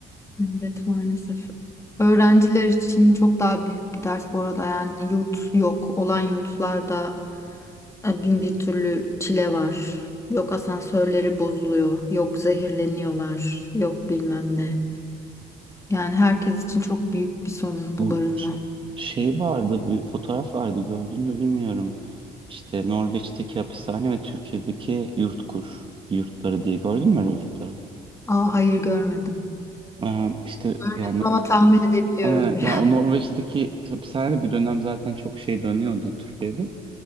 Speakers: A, on the left; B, on the right.
A: Evet maalesef. Öğrenciler için çok daha büyük bir dert bu arada. Yani yurt yok. Olan yurtlarda e, bin bir türlü çile var. Yok asansörleri bozuluyor. Yok zehirleniyorlar. Yok bilmem ne. Yani herkes için çok büyük bir sorun bu
B: Bu
A: barınma.
B: ş- şey vardı, bir fotoğraf vardı gördün mü bilmiyorum. İşte Norveç'teki hapishane ve Türkiye'deki yurtkur yurtları diye gördün mü öyle bir fotoğraf?
A: Aa, hayır görmedim.
B: Ee, işte
A: Görmedim
B: yani
A: ama tahmin edebiliyorum
B: e,
A: biraz.
B: yani o
A: <laughs>
B: Norveç'teki hapishane bir dönem zaten çok şey dönüyordu Türkiye'de.